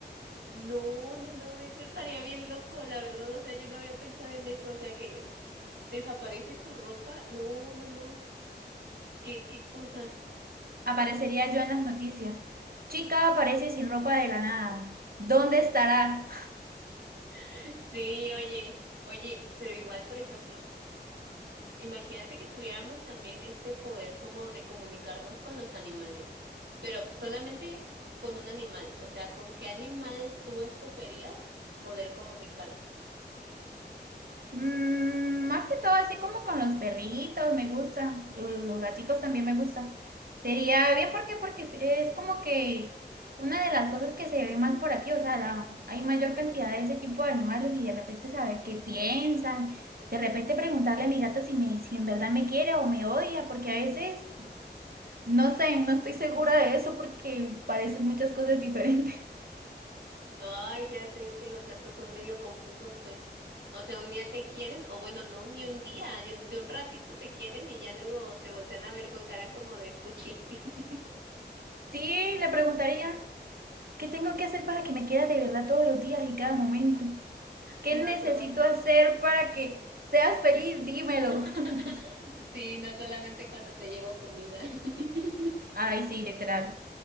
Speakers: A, on the right (about 75°); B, on the right (about 55°).
A: No, no, no, eso estaría bien loco, la verdad. O sea, yo no había pensado en eso. O sea, que desaparece tu ropa. No, no, no. ¿Qué, qué cosa?
B: Aparecería yo en las noticias. Chica aparece sin ropa de la nada. ¿Dónde estará?
A: <laughs> Sí, oye, oye, pero igual, por ejemplo. Imagínate que tuviéramos también este poder como de comunicarnos con los animales, pero solamente con un animal, o sea, ¿con qué animal tú escogerías poder comunicarte?
B: Mm, más que todo, así como con los perritos, me gusta. lo- Los gaticos también me gusta. Sería bien, ¿por qué? Porque es es como que una de las cosas que se ve más por aquí, o sea, la- hay mayor cantidad de ese tipo de animales y de repente saber qué piensan. De repente preguntarle a mi gato si me, si en verdad me quiere o me odia, porque a veces no sé, no estoy segura de eso porque parecen muchas cosas diferentes. <laughs>
A: Ay, ya sé, es que los gatos son medio confusos, pues. O sea, un día te quieren, o bueno, no, ni un día, de un, de un ratito te quieren y ya luego te voltean a ver con cara como de fuchi. <laughs>
B: Sí, le preguntaría, ¿qué tengo que hacer para que me quiera de verdad todos los días y cada momento? ¿Qué
A: No
B: necesito
A: solamente,
B: hacer para que seas feliz? Dímelo.
A: <laughs>
B: <laughs>
A: sí, no solamente cuando te llevo comida. <laughs>
B: Ay, sí, literal.